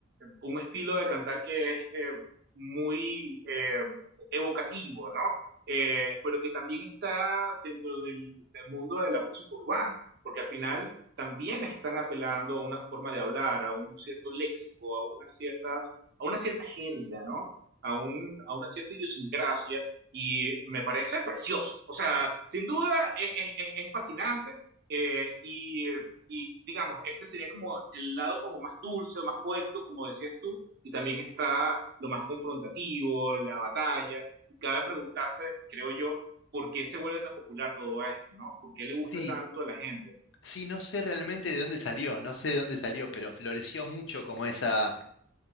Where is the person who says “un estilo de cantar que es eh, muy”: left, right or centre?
Right